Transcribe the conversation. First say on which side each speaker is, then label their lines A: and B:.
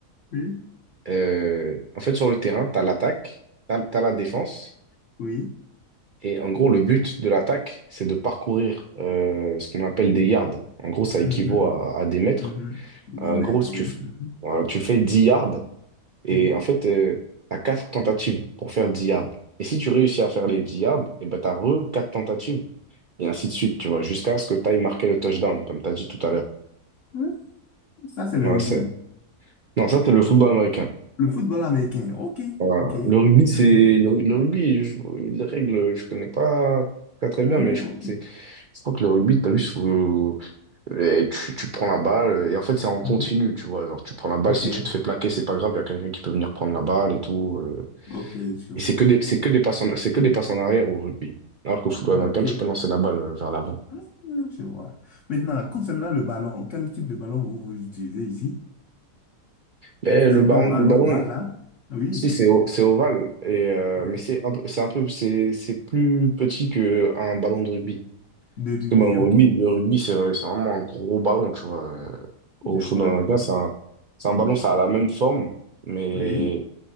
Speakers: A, on the left (about 55°); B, on the right (about 70°).
A: Ok.
B: euh, en fait, sur le terrain, t'as l'attaque, t'as, t'as la défense.
A: Oui.
B: Et en gros, le but de l'attaque, c'est de parcourir euh, ce qu'on appelle des yards. En gros, ça
A: Mhm,
B: équivaut à, à des mètres.
A: mhm. Des
B: En
A: mètres,
B: gros, si
A: oui.
B: tu, f-
A: mhm,
B: voilà, tu fais dix yards, Et
A: Oui.
B: en fait, euh, tu as quatre tentatives pour faire 10 yards. Et si tu réussis à faire les 10 yards, et ben, tu as re quatre tentatives. Et ainsi de suite, tu vois, jusqu'à ce que tu ailles marquer le touchdown, comme tu as dit tout à l'heure.
A: Oui, Ça, c'est le
B: Voilà,
A: rugby.
B: c'est... Non, ça, c'est le football américain.
A: Le football américain. OK.
B: Voilà.
A: OK.
B: Le rugby, c'est...
A: Mhm.
B: Le, le rugby, je- les règles, je connais pas très très
A: Ah,
B: bien, mais je
A: OK.
B: crois que c'est... Je crois que le rugby, t'as vu, c'est- faut- eh, tu, tu prends la balle, et en fait, c'est en
A: Mhm.
B: continu, tu vois. Genre, tu prends la balle,
A: OK.
B: si tu te fais plaquer, c'est pas grave, il y a quelqu'un qui peut venir prendre la balle et tout. euh,
A: OK. Je vois,
B: Et c'est que
A: je
B: des,
A: vois.
B: c'est que des passes en, c'est que des passes en arrière au rugby. Alors qu'au football
A: OK.
B: américain, tu peux lancer la balle euh, vers l'avant.
A: Ah, Je vois. Maintenant, concernant le ballon, quel type de ballon vous, vous utilisez ici?
B: Mais
A: C'est
B: le ballon,
A: pas le ballon
B: le ballon,
A: ovale, là? Oui.
B: si c'est o- c'est ovale, et, euh,
A: Ah,
B: mais c'est un peu, c'est un peu, c'est, c'est plus petit qu'un ballon de rugby.
A: De
B: Parce
A: rugby.
B: que le ballon de
A: OK.
B: rugby, le rugby, c'est c'est vraiment un gros ballon, tu vois. Euh,
A: Je
B: Au football
A: vois,
B: américain,
A: je vois.
B: c'est un,
A: je-
B: c'est un ballon, ça a la même forme, mais,
A: Oui.